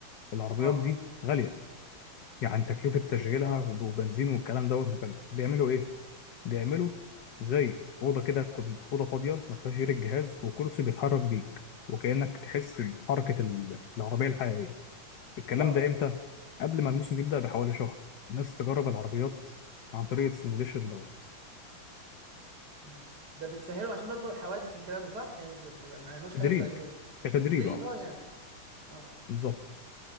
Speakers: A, on the left; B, on the right.
A: العربيات
B: اه
A: دي غالية يعني تكلفة تشغيلها
B: جدا طبعا
A: وبنزين والكلام دوت مكلف بيعملوا ايه؟ بيعملوا زي أوضة كده تكون أوضة فاضية ما فيهاش غير الجهاز وكرسي بيتحرك بيك وكأنك تحس بحركة ال- العربية الحقيقية الكلام
B: اه
A: ده امتى؟ قبل ما الموسم يبدأ بحوالي شهر الناس تجرب العربيات عن طريق السيموليشن دوت
B: مم. ده بتسهله عشان برضو حوادث والكلام ده صح يعني ب- ب- ما يعملوش حدث
A: تدريب
B: بعد كده
A: كتدريب
B: تدريب
A: اه
B: اه يعني اه
A: بالظبط